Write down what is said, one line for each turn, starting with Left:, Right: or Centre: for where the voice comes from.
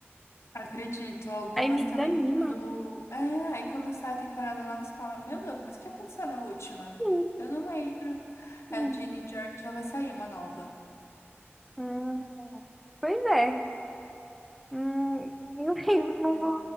Left: Acredito, algumas
Centre: Aí me
Left: também
Centre: desanima.
Left: quando. É, aí quando sai a temporada nova, você fala, meu Deus, mas o que aconteceu na última?
Centre: <laughs> Sim,
Left: Eu não lembro.
Centre: sim.
Left: É, Ginny George já vai sair uma nova.
Centre: Hum, pois é. Hum, nem lembro, não
Left: Eu-
Centre: vou.